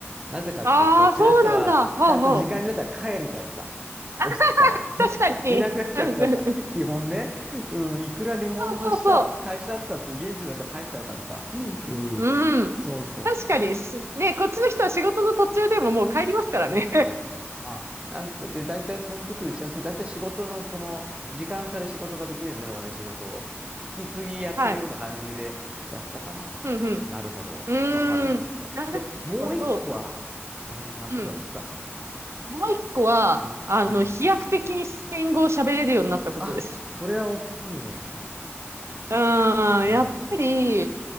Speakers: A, on the right; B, on the right.
A: なぜかっていう、
B: ああー、
A: そっちの人は、
B: そうなんだ。ほうほう。
A: ちゃんと時間になったら帰るからさ、
B: あ、
A: オフィスから。<laughs>
B: 確かに。
A: いなくなっちゃうからさ、
B: うんうんうん
A: 基本ね、うん、いくら日本の支社、
B: そうそうそう。
A: 会社だったって現地の人は帰っちゃうからさ、う
B: うん。
A: ん、そうそうそうそう。
B: 確かに、しね、こっちの人は仕事の途中でももう帰りますからね。
A: そうそう。まあ、なんか、で、大体その時打ち合わせ、大体仕事のその、時間差で仕事ができるよね、でもね、仕事を。引き継ぎやってるような感じでやったかな。
B: <laughs> はい。うん、
A: なるほど。
B: うん。
A: わかりました。
B: うーん。なるほど、
A: じゃあ、もう一個は、
B: そう。
A: どんなことなんですか
B: うん。もう一個は、
A: び、
B: あの、
A: うん。
B: 飛躍的にスペイン語を喋れるようになったことです。
A: あ、それは大きいね。
B: うん、
A: うん。
B: やっぱり、